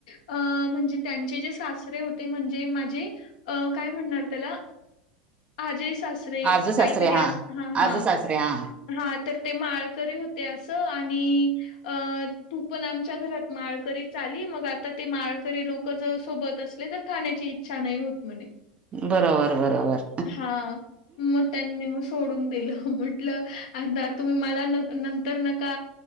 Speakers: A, on the left (about 65°); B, on the right (about 30°).
A: अ म्हणजे त्यांचे जे सासरे होते म्हणजे माझे अ काय म्हणणार त्याला आजे सासरे
B: आजू सासरे
A: काहीतरी अस हा हा
B: आजू सासरे हा
A: हा तर ते माळकरी होते असं आणि अ तू पण आमच्या घरात माळकरी चाली मग आता ते माळकरी लोक ल जर सोबत असले तर खाण्याची इच्छा नाही होत म्हणे
B: बरोबर बरोबर
A: हा मग त्यांनी मग सोडून दिलं म्हटलं आता तुम्ही मला न नंतर नका